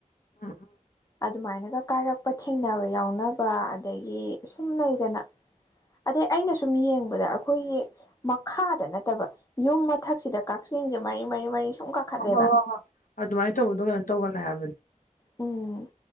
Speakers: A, on the left; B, on the left.
A: <unintelligible>
B: ꯑꯗꯨꯃꯥꯏꯅꯒ ꯀꯥꯏꯔꯛꯄ ꯊꯦꯡꯅꯕ ꯌꯥꯎꯅꯕ ꯑꯗꯒꯤ ꯁꯨꯝ ꯂꯩꯗꯅ ꯑꯗꯩ ꯑꯩꯅ
A: ꯎꯝ
B: ꯁꯨꯝ ꯌꯦꯡꯕꯗ ꯑꯈꯣꯏꯒꯤ ꯃꯈꯥꯗ ꯅꯠꯇꯕ ꯌꯨꯝ ꯃꯊꯛꯁꯤꯗ ꯀꯛꯆꯤꯡꯁꯦ ꯃꯔꯤ ꯃꯔꯤ ꯃꯔꯤ ꯁꯨꯝ ꯀꯥꯈꯠꯂꯦꯕ
A: ꯍꯥ ꯍꯣꯏ ꯍꯣꯏ ꯍꯣꯏ ꯑꯗꯨꯃꯥꯏꯟ ꯇꯧꯕꯗꯣ ꯀꯩꯅꯣ ꯇꯧꯒꯂꯤ ꯍꯥꯏꯕꯅꯤ
B: ꯎꯝ